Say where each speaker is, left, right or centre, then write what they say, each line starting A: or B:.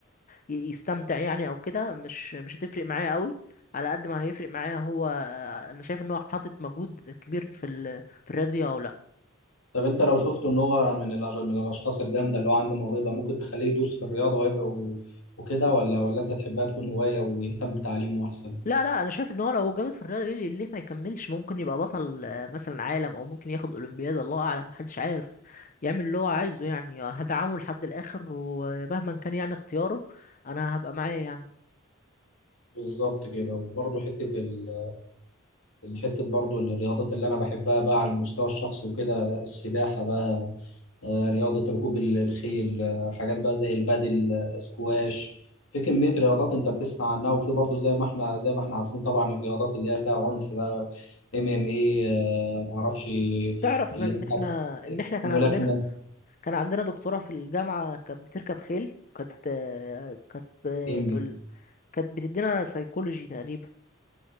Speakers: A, on the left; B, on the left.
A: ي- يستمتع يعني او كده مش مش هتفرق معايا قوي على قد ما هيفرق معايا هو انا شايف ان هو حاطط مجهود كبير في ال... في الرياضه دي او لا
B: طب انت لو شفته ان هو من الأش- من الاشخاص الجامده اللي هو عنده موهبه ممكن تخليه يدوس في الرياضه ويبقى و- وكده ولا ولا انت تحبها تكون هوايه ويهتم بتعليمه احسن
A: لا لا انا شايف ان هو لو جامد في الرياضه دي ليه ليه ما يكملش ممكن يبقى بطل آه، مثلا عالم او ممكن ياخد اولمبياد الله اعلم محدش عارف يعمل اللي هو عايزه يعني هدعمه لحد الاخر ومهما كان يعني اختياره انا هبقى معاه يعني
B: بالظبط كده وبرضه حته ال الحتة برضو الرياضات اللي أنا بحبها بقى على المستوى الشخصي وكده السباحة بقى آه، رياضة ركوب ال- الخيل آه، حاجات بقى زي البادل آه، سكواش في كمية رياضات أنت بتسمع عنها وفي برضو زي ما إحنا زي ما إحنا عارفين طبعا الرياضات اللي هي فيها عنف ده ام ام اي معرفش اللي
A: تعرف ان
B: هي بتاعت
A: احنا ان احنا كان
B: ملاكمة
A: عندنا كان عندنا دكتوره في الجامعه كانت بتركب خيل كانت آه، كانت بتقول
B: هندي
A: كانت بتدينا سيكولوجي تقريبا